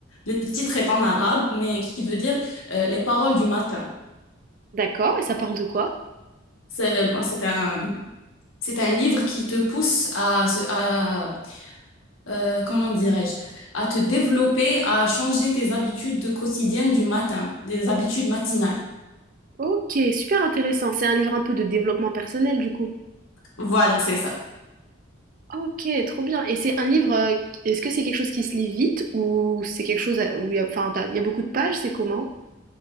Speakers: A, on the left (about 85°); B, on the right (about 40°).
A: le titre est en arabe, mais qui veut dire euh, Les paroles du matin.
B: D'accord, et ça parle de quoi?
A: C'est bon, c'est un, c'est un livre qui te pousse à, se- à euh, comment dirais-je, à te développer, à changer tes habitudes de quotidiennes du matin, des habitudes matinales.
B: Ok, super intéressant. C'est un livre un peu de développement personnel, du coup.
A: Voilà, c'est ça.
B: Ok, trop bien. Et c'est un livre, euh, est-ce que c'est quelque chose qui se lit vite ou c'est quelque chose à- où il y a, enfin, t'as- il y a beaucoup de pages, c'est comment?